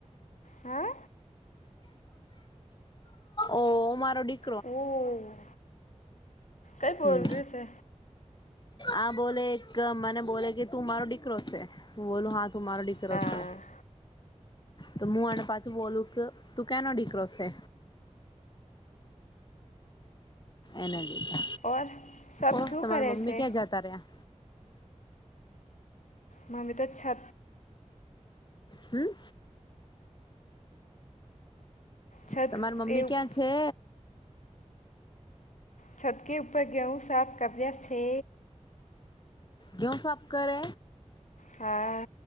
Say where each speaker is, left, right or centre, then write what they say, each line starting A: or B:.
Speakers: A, on the left; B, on the left.
A: હા
B: ઓ મારો ડી
A: ઓ કઈ બોલ
B: હમ
A: ર શે
B: આ બોલે એક મને બોલે કે તું મારો ડીકરો છે હું બોલું હા તું મારો ડીક કરો
A: હા
B: શે તો હું અણ પાછું બોલું કે તું કેના ડીકરો છે. એના લીધે
A: ઓર સબ
B: ઓ
A: શું
B: તમાર
A: કરે
B: મમ્મી
A: છે
B: ક્યાં જતા રહ્યા?
A: મમી તો છે
B: હમ
A: છત
B: તમાર મમ્મી
A: એવું
B: ક્યાં છે?
A: છતકી ઉપર ઘેઉં સાફ કર્યા છે
B: ઘેઉ સાફ કરે
A: હા